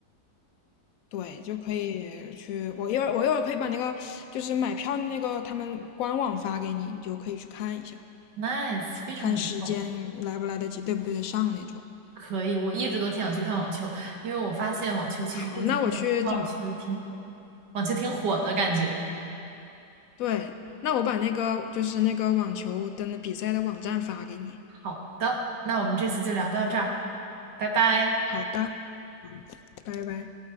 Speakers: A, on the left; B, on the right.
A: 对，就可以去我一会儿我一会儿可以把那个就是买票那个他们官网发给你，你就可以去看一下，
B: ，nice，非常不错，
A: 看时间来不来得及，对不对得上那种。
B: 可以，我一直都挺想去看网球，因为我发现网球其实这几年网网球挺火，
A: 好，那我去找
B: 网球挺火的感觉。
A: 对，那我把那个就是那个网球的那比赛的网站发给你。
B: 好的，那我们这次就聊到这儿，拜拜。
A: 好的，嗯拜拜。